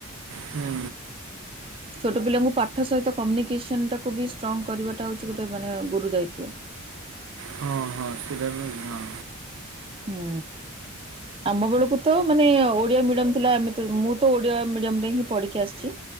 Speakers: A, on the right; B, on the right.
A: ହୁଁ
B: ଛୋଟ ପିଲାଙ୍କୁ ପାଠ ସହିତ କମ୍ୟୁନିକେସନ ଟାକୁ ବି ଷ୍ଟ୍ରଙ୍ଗ କରିବାଟା ହଉଛି ଗୋଟେ ମାନେ ଗୁରୁ ଦାୟିତ୍ଵ।
A: ହଁ ହଁ ସେଇଟାବି ହଁ।
B: ହୁ। ଆମ ବେଳକୁ ତ ମାନେ ଓଡିଆ ମିଡିୟମ ଥିଲା ମୁଁ ତ ଓଡିଆ ମିଡିୟମ ରେ ହିଁ ପଢିକି ଆସିଛି।